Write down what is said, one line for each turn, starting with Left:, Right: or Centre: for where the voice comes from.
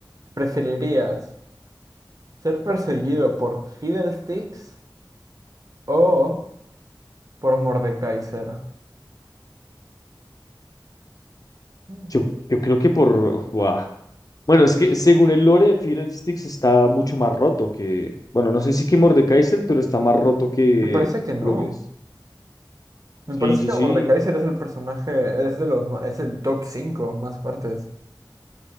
Right: ¿Preferirías ser perseguido por Fiddlesticks o por Mordekaiser? Mm.
Left: yo, yo creo que por... buah. Bueno, es que según el lore, Fiddlesticks está mucho más roto que... Bueno, no sé si que Mordekaiser, pero está más roto que
Right: Me parece que no.
Left: lo que es.
Right: Me
Left: Sí,
Right: parece
Left: sí,
Right: que
Left: sí.
Right: Mordekaiser es el personaje, es de los, ma- es el top 5 más fuertes.